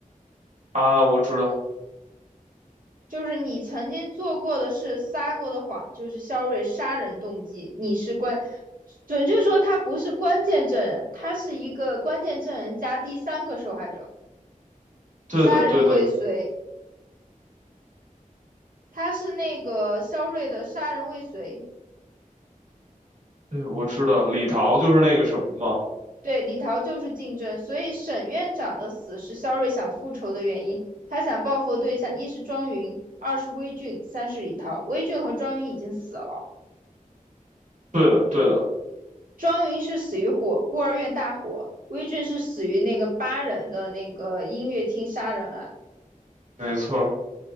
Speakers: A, on the right; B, on the right.
A: 啊，我知道，
B: 就是你曾经做过的事、撒过的谎，就是肖瑞杀人动机。你是关，准确说他不是关键证人，他是一个关键证人加第三个受害者，杀人未遂。
A: 对的，对的，
B: 他是那个肖瑞的杀人未遂，
A: 对，我知道李桃就是那个什么吗？
B: 对李桃就是竞争，所以沈院长的死是肖瑞想复仇的原因。他想报复的对象一是庄云，二是微俊，三是李桃。微俊和庄云已经死了。
A: 对的，对的，
B: 庄云是死于火，孤儿院大火；威震是死于那个八人的那个音乐厅杀人案。
A: 没错